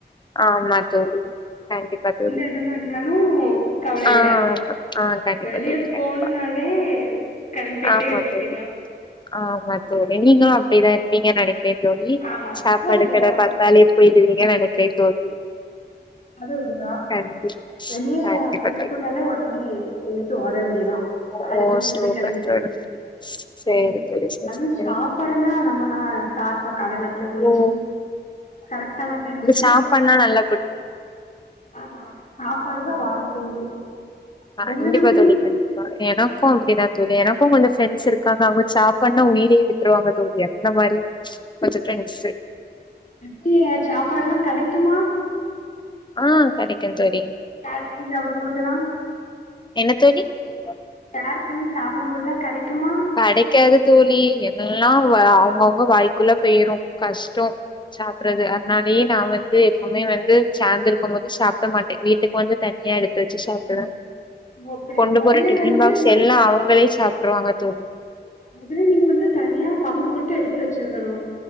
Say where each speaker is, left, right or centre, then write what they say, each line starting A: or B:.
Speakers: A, on the left; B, on the left.
A: ஆமா தோழி கண்டிப்பா தோழி
B: எடமா இருந்தாலு கவல
A: ஆ
B: இல்ல
A: ஆமா ஆ கண்டிப்பா
B: வெளிய
A: தோழி கண்டிப்பா
B: போணுனாலே கெளம்பிட்டே
A: ஆமா
B: இருக்க வேண்டியதா
A: தோழி ஆமா தோழி நீங்களோ அப்பிடிதா இருப்பீங்கன்னு நெனைப் பே தோழி
B: ஆமா
A: சாப்பாடு
B: அது அப்டிதா
A: கட பாத்தாலே போயிடுவீங்க நென தோழி
B: அத விடயா
A: கண்டி
B: வெளிய
A: கண்டிப்பா
B: ஃப்ரெண்ட்ஸ்
A: தோழி.
B: கூட்டாலே ஒனே எந்திச்சி ஓட வேண்டியதா
A: ஓ
B: அடுத்த நிமிஷமே
A: சூப்பர்
B: கெளம்பிட்டு
A: தோழி சேரி
B: ம்
A: தோழி சேரி
B: அதுவோ
A: சேரி
B: சாப்பாடுனா நம்மல்லா ஷார்பா காலங்காத்தாலயே முழுச்சி
A: ஓ
B: கரெக்டான டைம்முக்
A: சாப்பானா நல்ல
B: ஆமா சாப்பாடுதா
A: ஆமா.
B: வாழ்க்கையே
A: கண்டிப்பா
B: உங்களுக்கு எப்டி
A: தோழி கண்டிப்பா எனக்கு அப்பிடிதா தோழி எனக்கு கொஞ்சோ ஃப்ரெண்ட்ஸ் இருக்காங்க அவங்க சாப்பாடுனா உயிரையே விட்ருவாங்க தோழி அந்த மாரி கொஞ்ச ஃப்ரெண்ட்ஸு
B: எப்டிக சாப்பாடுல்லா கெடைக்குமா?
A: ஆ கெடைக்கு தோழி.
B: ஷேர் பண்ணி சாப்படும்போதெல்லா
A: என்ன தோழி
B: ஷேர் பண்ணி சாப்படும்போதெல்லா கெடைக்குமா
A: கெடைக்காது தோழி எல்லா வ அவங்கவுங்க வாய்க்குள்ள போயிரு கஷ்டோ சாப்புடுறது அதனாலயே நா வந்து எப்போமே வந்து சேந்து இருக்கும்போது சாப்ட மாட்டே வீட்டுக்கு வந்து தனியா எடுத்து வெச்சு சாப்டுவே
B: ஓ அப்டி
A: கொண்டு
B: மொதலே
A: போற டிஃபன்
B: வந்து
A: பாக்ஸ் எல்லா அவங்களே சாப் ட்ருவாங்க தோழி
B: மொதல்ல நீங்க வந்து தனியா பங்கு போட்டு எடுத்து வெச்சிருக்கண்